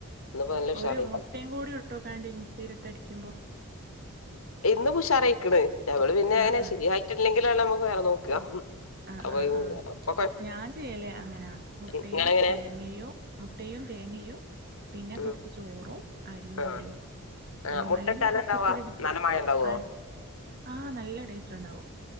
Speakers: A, on the left (about 70°); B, on the right (about 45°).
A: ഇന്നിപ്പോ നല്ല ഉഷാറായിക്ക്ണ്
B: ഒരു മുട്ടേം കൂടി ഇട്ട് നോക്കാണ്ടി മിക്സിലിട്ട് അടിക്കുമ്പോ
A: ഇന്ന് പുഷാറായിക്ക്ണ് ഞമ്മള് പിന്നേ
B: ആഹ്
A: അങ്ങനെ
B: ആഹ്
A: ശെരിയായിട്ടില്ലെങ്കിലാണ് നമ്മുക്ക് വേറെ നോക്കാ <unintelligible>
B: ആഹ് ആഹ് ആഹ് ഞാൻ ചെയ്യല് അങ്ങനാ മുട്ടയു
A: ഇങ്ങളെങ്ങനെ
B: തേങ്ങയു മുട്ടയു തേങ്ങയു പിന്നെ
A: ഉം
B: കൊറച്ച് ചോറും അരിയും
A: ആഹ്
B: കൂടിയൊ <unintelligible>
A: ആഹ് മുട്ട
B: അല്ലെങ്കി
A: ഇട്ടാലെന്താവാ
B: പത്തിരിപ്പൊടി എടുക്കും
A: നല്ല മയം ഇണ്ടാവോ
B: ആഹ് ആഹ് നല്ല ടേസ്റ്റ് ണ്ടാവും